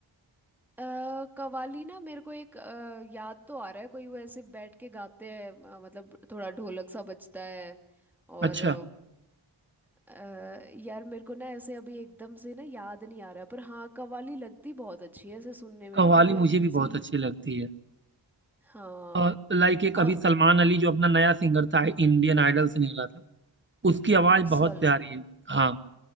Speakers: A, in the centre; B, on the right.
A: अ, कव्वाली ना मेरे को एक अ, याद तो आ रहा है कोई वो ऐसे बैठ के गाते हैं अ, मतलब थोड़ा ढोलक सा बजता है और
B: अच्छा
A: अ, अ, यार मेरे को ना ऐसे अभी एकदम से ना याद नहीं आ रहा है पर हाँ कव्वाली लगती बहुत अच्छी है ऐसे सुनने में
B: कव्वाली
A: ना बढ़िया
B: मुझे
A: धुन
B: भी बहुत
A: सी
B: अच्छी लगती है
A: हाँ
B: और लाइक एक
A: और
B: अभी सलमान अली जो अपना नया सिंगर था इंडियन आइडल से निकला था उसकी आवाज बहुत
A: सल
B: प्यारी है हाँ